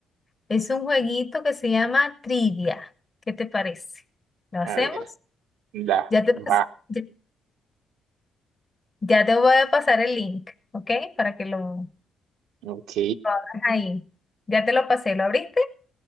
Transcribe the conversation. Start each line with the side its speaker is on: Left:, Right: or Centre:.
Left: Es un jueguito que se llama Trivia. ¿Qué te parece? ¿Lo hacemos?
Right: A ver, la,
Left: Ya te,
Right: va,
Left: pas- ya, ya te voy a pasar el link, ¿ok? Para que lo, lo
Right: ok,
Left: abras ahí. Ya te lo pasé, ¿lo abriste?